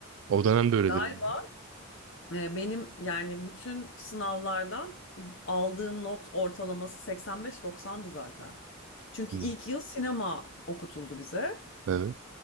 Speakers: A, on the right; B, on the left.
A: O dönemde öyledir.
B: Galiba
A: yani.
B: e, benim yani bütün sınavlardan aldığım not ortalaması 85-90'dı zaten. Çünkü
A: Hı.
B: ilk yıl sinema okutuldu bize.
A: Evet.